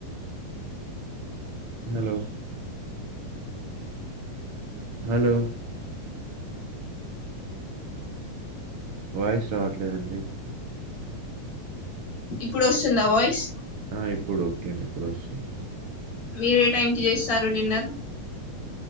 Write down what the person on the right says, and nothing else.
హలో హలో వాయిస్ రావట్లేదండి
ఆ ఇప్పుడు ఓకే అండి ఇప్పుడు వస్తుంది.